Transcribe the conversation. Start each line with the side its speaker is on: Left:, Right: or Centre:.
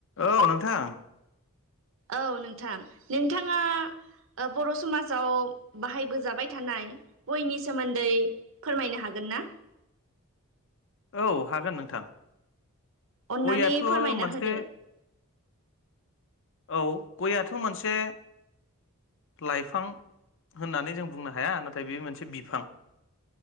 Left: औ नोंथां
Right: औ नोंथां नोंथाङा बर' समाजाव बाहायबोजाबाय थानाय गयनि सोमोन्दै फोरमायनो हागोन ना?
Left: औ हागोन नोंथां।
Right: अन्नानै
Left: गयाथ'
Right: फोरमायना
Left: मोनसे
Right: होदो।
Left: औ गयआथ मोनसे लाइफां होननानै जों बुंनो हाया नाथाय बे मोनसे बिफां